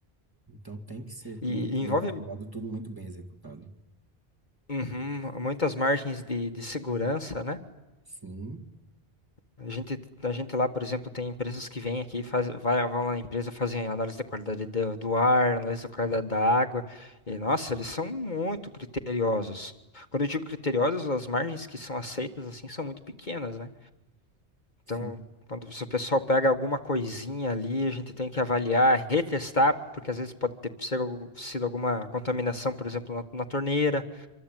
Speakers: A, on the right; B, on the left.
A: Então tem que ser
B: e,
A: tudo muito
B: e
A: bem
B: envolve
A: calculado, tudo muito bem executado.
B: uhum, muitas margens de, de segurança, né?
A: Sim,
B: A gente, a gente lá, por exemplo, tem empresas que vêm aqui, faz, vai, vão lá na empresa, fazem análise da qualidade do, do ar, análise da qualidade da água. E, nossa, eles são muito criteriosos. Quando eu digo criteriosos, as margens que são aceitas, assim, são muito pequenas, né? Então,
A: sim,
B: quando se o pessoal pega alguma coisinha ali, a gente tem que avaliar, retestar, porque às vezes pode ter sido algu- sido alguma contaminação, por exemplo, na, na torneira.